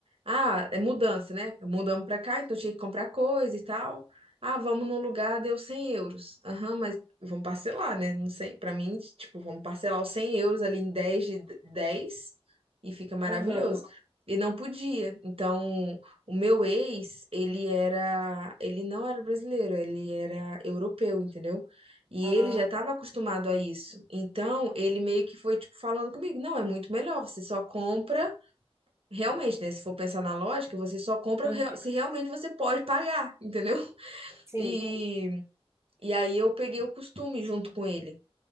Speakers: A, on the right; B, on the right.
A: ah, é mudança, né? Mudamos pra cá, então eu tinha que comprar coisa e tal. Ah, vamos num lugar, deu 100 euros. Aham, mas vamos parcelar, né? Não sei, pra mim, tipo, vamos parcelar os 100 euros ali em 10 de 10 e fica maravilhoso.
B: aham,
A: E não podia. Então, o meu ex, ele era, ele não era brasileiro, ele era europeu, entendeu? E
B: ah,
A: ele já estava acostumado a isso. Então, ele meio que foi, tipo, falando comigo: não, é muito melhor, você só compra. Realmente, né? Se for pensar na lógica, você só compra
B: aham,
A: rea- se realmente você pode pagar, entendeu? <laughs>
B: sim.
A: E, e aí eu peguei o costume junto com ele.